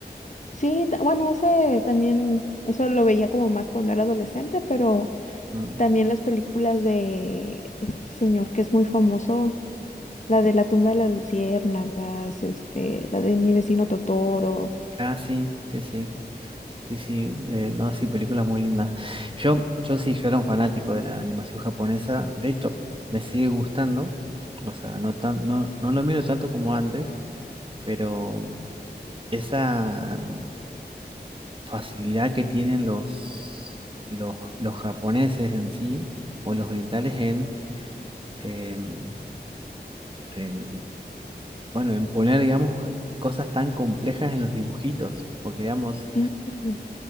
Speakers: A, on the left; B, on the right.
A: Sí, ta- bueno, ese también, eso lo veía como más cuando era adolescente, pero
B: Mm.
A: También las películas de este señor que es muy famoso, la de La tumba de las luciérnagas, este, la de Mi vecino Totoro.
B: Ah, sí, sí, sí. Sí, sí. eh, no, sí, películas muy lindas. Yo, yo sí, yo era un fanático de la animación japonesa. De hecho, me sigue gustando. O sea, no tan, no, no lo miro tanto como antes, pero mm, esa mm, facilidad que tienen los, los, los japoneses en sí, o los orientales en em, en bueno, en poner, digamos, cosas tan complejas en los dibujitos, porque, digamos,
A: Sí, sí,